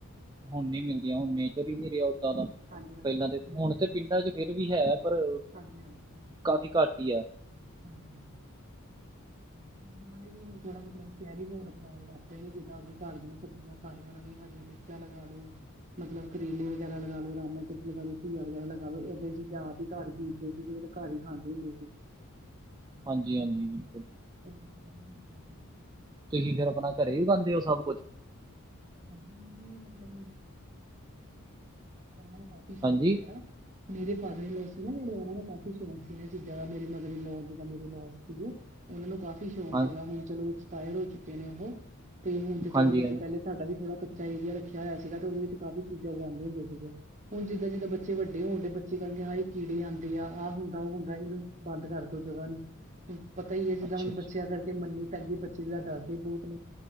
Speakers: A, on the right; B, on the right.
A: ਹੁਨੇ ਮਿਲਦੀਆਂ ਹੁਨੇ ਚ ਹੀ ਨੀ ਰਿਹਾ ਉੱਦਾਂ ਦਾ
B: ਹਾਂਜੀ ਹਾਂਜੀ
A: ਪਹਿਲਾਂ
B: ਬਿਲਕੁਲ
A: ਤੇ
B: ਨਹੀਂ
A: ਹੁਣ ਤੇ
B: ਹੈ।
A: ਪਿੰਡਾਂ ਚ ਫਿਰ ਵੀ ਹੈ ਪਰ
B: ਹਾਂਜੀ ਹਾਂਜੀ ਸਹੀ ਗੱਲ
A: ਕਾਫ਼ੀ
B: ਹੈ।
A: ਘੱਟ ਹੀ ਹੈ
B: ਹਾਂਜੀ ਹਾਂਜੀ ਪਿੰਡਾਂ ਵਾਲੇ ਵੀ ਹੁਣ ਥੋੜਾ ਮਤਲਬ ਸ਼ਹਿਰੀ ਮਾਹੌਲ ਆਪਣਾ ਲੱ ਕੀ ਜਿੱਦਾਂ ਅਗੇ ਘਰ ਦੀਆਂ ਸਬਜ਼ੀਆਂ ਖਾਣੀਆਂ ਉਹਨਾਂ ਦੀ ਹਰੀਆਂ ਮਿਰਚਾਂ ਲਗਾ ਲੋ ਮਤਲਬ ਕਰੇਲੇ ਵਗੈਰਾ ਲਗਾ ਲਓ ਰਾਮਾ <unintelligible> ਲਗਾ ਲਓ ਘੀਆ ਵਗੈਰਾ ਲਗਾ ਲਓ ਇੱਦਾਂ ਚੀਜ਼ ਆਪ ਈ ਘਰ ਬੀਜਦੇ ਸੀ ਤੇ ਜਿਹੜੇ ਘਰ ਹੀ ਖਾਂਦੇ ਹੁੰਦੇ ਸੀ।
A: ਹਾਂਜੀ ਹਾਂਜੀ ਬਿਲਕੁਲ।
B: <inaudible>
A: ਤੁਸੀਂ ਫੇਰ ਆਪਣਾ ਘਰੇ ਹੀ ਉਗਾਂਦੇ ਹੋ ਸਭ ਕੁੱਝ?
B: ਹ ਮਤਬ ਮੇ ਕਾਫੀ ਸ਼ੌਕ
A: ਹਾਂਜੀ
B: ਸੀਗਾ ਮੇਰੇ ਫਾਦਰ ਲੋ ਸੀ ਨਾ ਜਿੜੇ ਉਹਨਾਂ ਨੂੰ ਕਾਫੀ ਸ਼ੌਂਕ ਸੀ ਇਹ ਚੀਜ਼ਾਂ ਦਾ ਮੇਰੀ ਮਦਰ ਲੋ ਮੇਰੀ ਲੋ ਸੀਗੇ ਉਹਨਾਂ ਨੂੰ ਕਾਫ਼ੀ ਸ਼ੌਂਕ
A: ਹਾਂ
B: ਸੀਗਾ ਹੁਣ ਚਲੋ ਐਕਸਪਾਇਰ ਹੋ ਚੁੱਕੇ ਨੇ ਉਹ ਤੇ ਹੁਣ ਤੇ
A: ਹਾਂਜੀ
B: ਚਲੋ ਮਤਲਬ
A: ਹਾਂਜੀ
B: ਪਹਿਲੇ ਸਾਡਾ ਵੀ ਥੋੜਾ ਕੱਚਾ ਏਰੀਆ ਰੱਖਿਆ ਹੋਇਆ ਸੀਗਾ ਉਹਦੇ ਵਿੱਚ ਕਾਫ਼ੀ ਚੀਜ਼ਾਂ ਉਗਾਉਂਦੇ ਹੁੰਦੇ ਸੀਗੇ। ਹੁਣ ਜਿੱਦਾਂ ਜਿੱਦਾਂ ਬੱਚੇ ਵੱਡੇ ਹੋਣ ਡੇ ਬੱਚੇ ਕਹਣਗੇ ਹਾ ਕੀੜੇ ਆਂਦੇ ਆ ਆਹ ਹੁੰਦਾ ਉਹ ਹੁੰਦਾ ਇਹਨੂੰ ਬੰਦ ਕਰਦੋ ਜਗ੍ਹਾ ਨੂੰ। ਹੁਣ ਪਤਾ ਹੀ ਹੈ ਜਿੱਦਾਂ
A: ਅੱਛਾ
B: ਹੁਣ
A: ਅੱਛਾ
B: ਬੱਚਿਆਂ ਕਰਕੇ ਮੰਨੀ ਪੈਂਦੀ ਹੈ ਬੱਚੇ ਜਿੱਦਾਂ ਡਰਦੇ ਹੀ ਬਹੁਤ ਏ